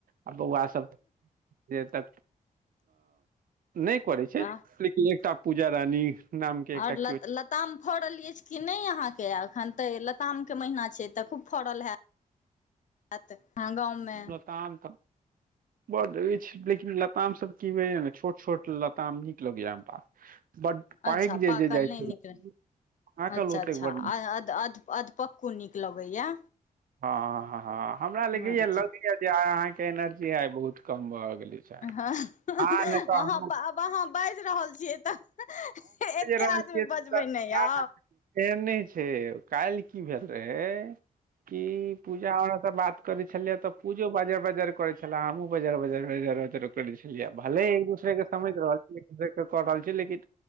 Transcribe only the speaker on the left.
आह
आओर
ल लताम फड़ल अछि कि नहि अहाँके तऽ लतामके महीना छै तऽ खूब फड़ल है त अहां गााममे
अच्छा
पाकल
नहि
नीक
अच्छा
अच्छा आ
अधपक्कू नीक लगैया
अच्छा
हँ
अहाँ आब
अहाँ बाजि रहल छियै तऽ एके
आदमी बजबै ने यौ